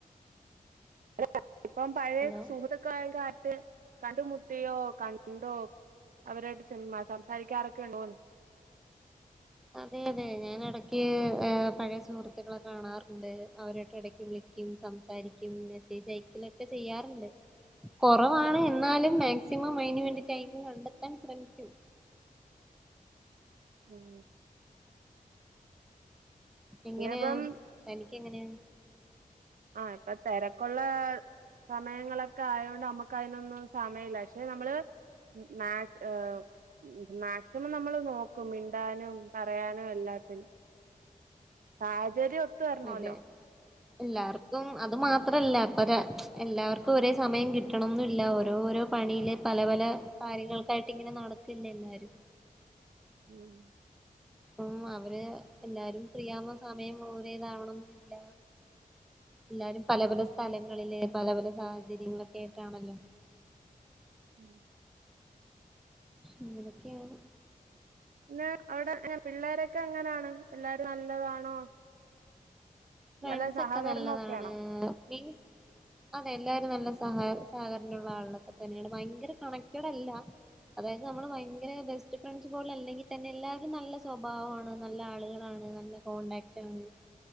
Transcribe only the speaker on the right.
<unintelligible> ഇപ്പം പഴെ
സുഹൃത്തുക്കൾ ആയിട്ട് ആരും ട്ട് കണ്ട്മുട്ടിയോ? കണ്ടോ? അവരു ആയിട്ട് ചുമ്മാ സംസാരിക്കാറൊക്കെയുണ്ടോന്ന്
മ്മ്
ഇപ്പം
ആ ഇപ്പ തെരക്കുള്ള സമയങ്ങളൊക്കെ ആയോണ്ട് അമ്മക്ക് അയിനൊന്നും സമയില്ല. പക്ഷെ നമ്മൾ മാക്സ് ഹ്, മാക്സിമം നമ്മള് നോക്കും, മിണ്ടാനും പറയാനും എല്ലാത്തിനും. സാഹചര്യം ഒത് ത്ത് വര്ണോല്ലോ?
ഉം
മ്മ്
ന്നാ അയുടെ എങ്ങ പിള്ളേരൊക്കെ എങ്ങെനാണ്? എല്ലാരും നല്ലതാണോ?
നല്ല സഹകരണം
ഒക്കെയാണോ